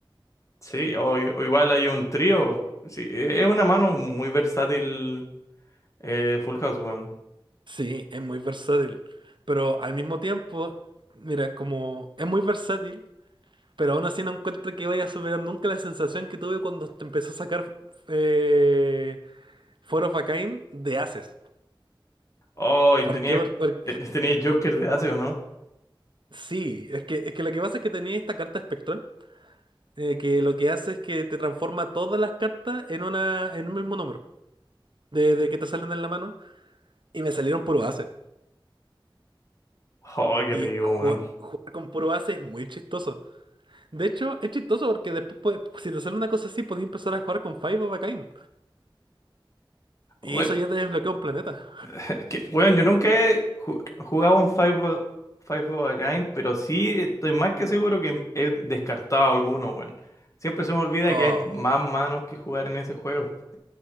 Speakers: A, on the left; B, on the right.
A: Sí, o, i- o igual hay un trío. Sí, e- es una mano muy versátil eh, Full House, weón.
B: Sí, es muy versátil. Pero al mismo tiempo, mira, como es muy versátil, pero aún así no encuentro que vaya a superar nunca la sensación que tuve cuando te empezó a sacar eh, Four of a Kind de Aces.
A: Oh, y
B: ¿Por
A: tenía,
B: qué? Por- por-
A: ten- <laughs> tenía Joker de Ace, ¿o no?
B: Sí, es que, es que lo que pasa es que tenía esta carta espectral, eh, que lo que hace es que te transforma todas las cartas en una, en un mismo número, de, de que te salen en la mano, y me salieron puro ace.
A: Oh, qué
B: Y
A: rico,
B: jua-
A: weón.
B: jugar con puro ace es muy chistoso. De hecho, es chistoso porque después, puede- si te sale una cosa así, podés empezar a jugar con Five of a Kind. Y
A: We-
B: eso ya te desbloquea un planeta.
A: <laughs> que- Weón, yo nunca he ju- jugado un Five, o- Five of a Kind, pero sí estoy más que seguro que he descartado alguno, weón. Siempre se me olvida
B: Oh.
A: que hay más manos que jugar en ese juego.